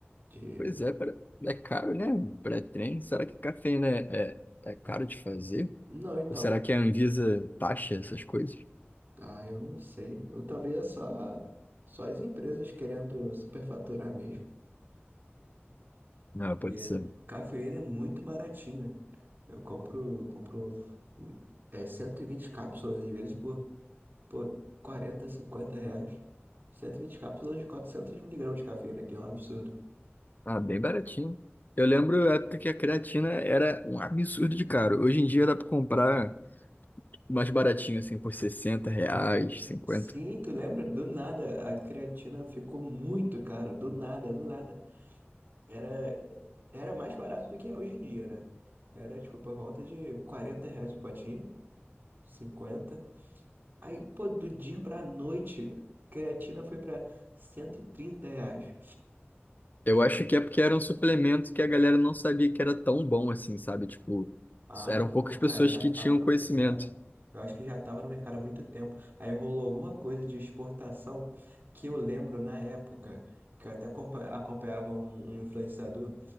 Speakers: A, on the right; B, on the left.
A: de...
B: Pois é, pra- é caro, né? Um Pré-treino. Será que cafeína é, é, é caro de fazer?
A: Não, então...
B: Ou será que a Anvisa taxa essas coisas?
A: Ah, eu não sei. Ou talvez é só, só as empresas querendo superfaturar mesmo.
B: Não, pode
A: E é-
B: ser.
A: cafeína é muito baratinho. Eu compro, compro hum, é, 120 cápsulas, às vezes, por, por 40, 50 reais. 120 cápsulas de 400 miligramas de cafeína, que é um absurdo.
B: Ah, bem baratinho. Eu lembro a época que a creatina era um absurdo de caro. Hoje em dia dá pra comprar mais baratinho, assim, por 60 reais, 50.
A: Sim, tu lembra? Do nada, a creatina ficou muito cara. Do nada, do nada. Era, era mais barato do que é hoje em dia, né? Era, tipo, por volta de 40 reais o potinho. cinquenta Aí, pô, do dia pra noite, creatina foi pra 130 reais.
B: Eu
A: Eu,
B: acho que é porque era um suplemento que a galera não sabia que era tão bom assim, sabe? Tipo,
A: ah,
B: eram
A: não,
B: poucas pessoas
A: cara, eu já
B: que
A: tava
B: tinham
A: no
B: conhecimento.
A: mercado. Eu acho que já tava no mercado há muito tempo. Aí rolou alguma coisa de exportação que eu lembro na época, que eu até acompa- acompanhava um, um influenciador,